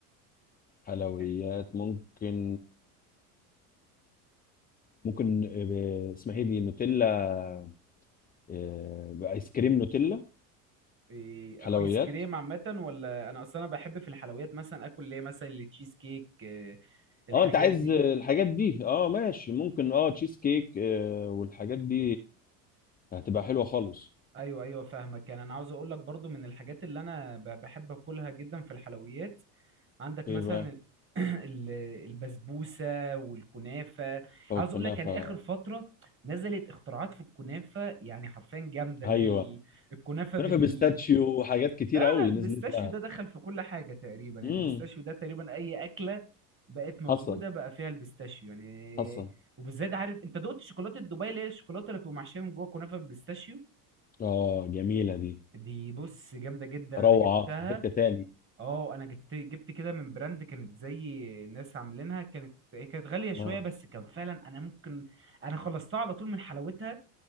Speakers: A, on the left; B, on the right.
A: حلويات
B: يعني
A: ممكن ممكن ب... اسمها ايه دي نوتيلا اه، بايس كريم نوتيلا
B: إيه
A: حلويات
B: ايس كريم عامه ولا انا اصلا انا بحب في الحلويات مثلا اكل ليه مثلا التشيز كيك آه، الحاجات
A: اه انت عايز
B: دي
A: الحاجات دي اه ماشي ممكن اه تشيز كيك اه، والحاجات دي هتبقى حلوه خالص
B: ايوه ايوه فاهمك يعني انا عاوز اقول لك برضو من الحاجات اللي انا ب- بحب اكلها جدا في الحلويات عندك مثلا
A: ايه بقى
B: ال- البسبوسه والكنافه
A: او
B: عاوز
A: الكنافه
B: اقول لك يعني اخر فتره نزلت اختراعات في الكنافه يعني حرفيا جامده اللي
A: ايوه
B: هي ال- الكنافه بال
A: كنافه بيستاتشيو وحاجات كتير
B: لا
A: قوي
B: لا البيستاشيو
A: نزلت لها
B: ده دخل في كل حاجه تقريبا يعني
A: امم
B: البيستاشيو ده تقريبا اي اكله بقت موجوده
A: حصل
B: بقى فيها البيستاشيو يعني
A: حصل
B: وبالذات عارف انت دقت شوكولاته دبي اللي هي الشوكولاته اللي بتبقى محشيه من جوه كنافه بالبيستاشيو
A: اه جميله دي
B: دي بص جامده جدا
A: روعه
B: انا جبتها
A: في حته تاني
B: اه انا جبت جبت كده من براند كانت زي ناس عاملينها كانت هي كانت غاليه شويه
A: اه
B: بس كان فعلا انا ممكن انا خلصتها على طول من حلاوتها